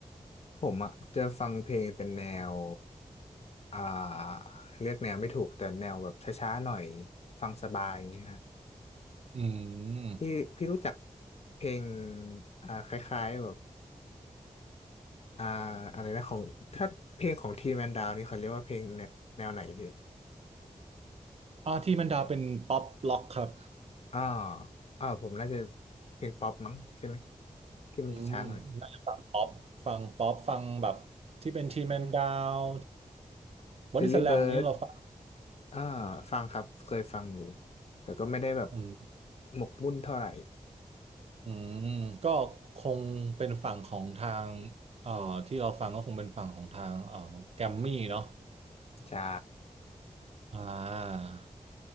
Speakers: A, on the left; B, on the right.
A: ผมอ่ะจะฟังเพลงเป็นแนวอ่าเรียกแนวไม่ถูกแต่แนวแบบช้าๆหน่อยฟังสบายอย่างเงี้ยฮะ
B: อืม
A: พี่พี่รู้จักเพลงอ่าคล้ายๆแบบอ่าอะไรนะของถ้าเพลงของทีแมนดาวนี่เขาเรียกว่าเพลงแนวแนวไหนพี่
B: อ่าที่มันดาวเป็นป๊อปล็อกครับ
A: อ่ออ่าผมน่าจะเพลงป๊อปมั้งใช่ไหมที่มันจะช้าหน่อย
B: อืมน่าจะฟังป๊อปฟังป๊อปฟังแบบที่เป็นทีแมนดาวบอดี้สแลมนี้เราฟัง
A: Delly Bird อ่าฟังครับเคยฟังอยู่แต่ก็ไม่ได้แบบ
B: อืม
A: หมกมุ่นเท่าไหร่
B: อืมก็คงเป็นฝั่งของทางเอ่อที่เราฟังก็คงเป็นฝั่งของทางเอ่อแกมมี่เนาะ
A: ใช่
B: อ่า